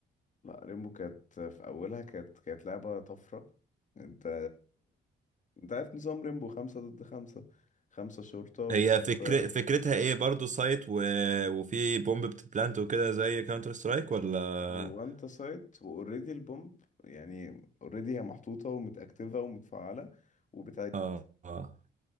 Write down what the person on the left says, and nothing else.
لا ريمبو كانت في اولها كانت كانت لعبه طفره انت انت عارف نظام ريمبو خمسة ضد خمسة خمسة شرطة وخمسة
هو انت سايت واوريدي البومب يعني اوريدي هي محطوطة ومتأكتفة ومتفعلة وبتعد